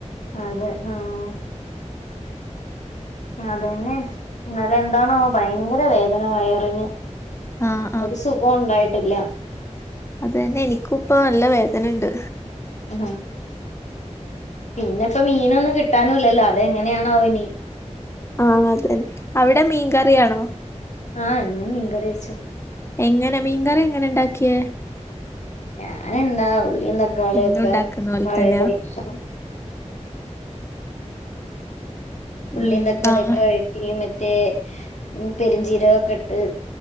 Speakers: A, on the left; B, on the left.
A: അതെ ഉം അതെന്നെ ഇന്നലെ എന്താണോ ഭയങ്കര വേദന വയറിന്
B: ആഹ്
A: ഒരു സുഖോ ണ്ടായിട്ടില്ല
B: അതെന്നെ എനിക്കും ഇപ്പ നല്ല വേദനണ്ട്
A: ആ പിന്നെ ഇപ്പോ മീൻ ഒന്നും കിട്ടാനുംല്ലല്ലോ അതെങ്ങനെയാണാവോ ഇനി
B: ആ അതെ അവിടെ മീൻകറി ആണോ
A: ആ ഇന്നും മീൻ കറി വെച്ചു
B: എങ്ങനെ മീൻകറി എങ്ങനെ ഉണ്ടാക്കിയെ
A: ഞാനെന്താ ഉള്ള ള്ളീം തക്കാളിയൊക്കെ
B: എന്നും ഉണ്ടാക്കുന്ന പോലെ
A: <unintelligible>
B: തന്നെയാ
A: അതുതന്നെ ഉള്ളീം
B: ഉം
A: തക്കാളൊക്കെ
B: ആഹ്
A: <unintelligible> മറ്റേ പെരിഞ്ജീരകൊക്കെ ഇട്ട്